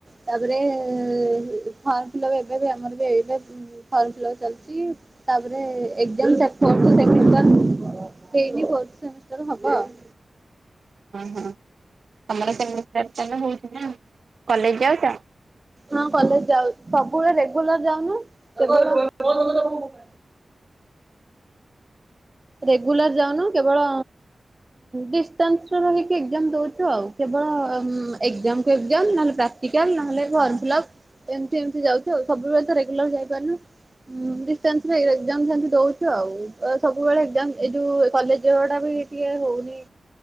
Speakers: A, on the right (about 20°); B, on the right (about 60°).
A: ତାପରେ ଫର୍ମ ଫିଲପ ଏବେ ବି ଆମର ବି ଏଇବେ ଫର୍ମ ଫିଲପ ଚାଲିଛି। ତାପରେ ଏକ୍ଜ଼ାମ ଚା ଫୋର୍ଥ ସେମିଷ୍ଟାର ହେଇନି ଫୋର୍ଥ ସେମିଷ୍ଟାର ହବ ଆଉ।
B: ହ ହଁ। ତମର ସେମିଷ୍ଟାର ତାହେଲେ ହଉଛି ନା କଲେଜ ଯାଉଛ?
A: ହଁ କଲେଜ ଯାଉ ସବୁବେଳେ ରେଗୁଲାର ଯାଉନୁ <unintelligible> ରେଗୁଲାର ଯାଉନୁ କେବଳ ଡିସଷ୍ଟାନ୍ସ ରହିକି ଏକଜାମ୍ ଦଉଚୁ ଆଉ। କେବଳ ଏକଜାମ୍ କୁ ଏକଜାମ ନହେଲେ ପ୍ରାକ୍ଟିକାଲ ନହେଲେ ଫର୍ମ ଫିଲପ ଏମିତି ଏମିତି ଯାଉଛୁ ଆଉ। ସବୁବେଳେ ତ ରେଗୁଲାର ଯାଇପାରୁନୁ। ଡିସଟାନ୍ସ ରେ ଏକ୍ଜାମ ସେମତି ଦଉଛୁ ଆଉ ଏ ସବୁ ସବୁବେଳେ ଏଗ୍ଜାମ ଏ ଯୋଉ କଲେଜ ଯିବାଟା ବି ଟିକେ ହଉନି।